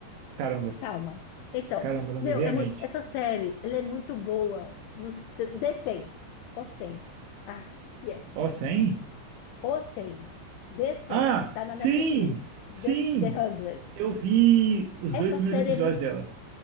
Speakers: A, on the right; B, on the left.
A: Caramba.
B: calma. Então,
A: Caramba, não
B: meu,
A: me veio
B: é
A: à
B: mu-
A: mente.
B: essa série, ela é muito boa nos tr- The 100. O 100. Ah, yes.
A: Ó, 100?
B: O 100. The 100.
A: Ah,
B: Tá na
A: sim,
B: Netflix.
A: sim.
B: The, The 100.
A: Eu vi os
B: Essa
A: dois primeiros
B: série
A: episódios
B: é muito
A: dela.